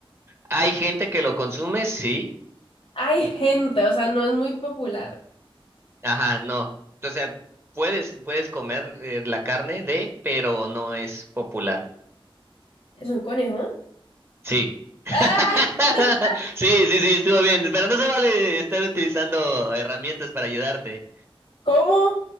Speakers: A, on the right; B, on the left.
A: ¿Hay gente que lo consume? Sí.
B: Hay gente, o sea, no es muy popular.
A: Ajá, no. O sea, puedes, puedes comer eh, la carne de, pero no es popular.
B: ¿Es un conejo?
A: Sí. <laughs>
B: ¡Ah! <laughs>
A: Sí, sí, sí, estuvo bien. Pero no se vale estar utilizando herramientas para ayudarte.
B: ¿Cómo?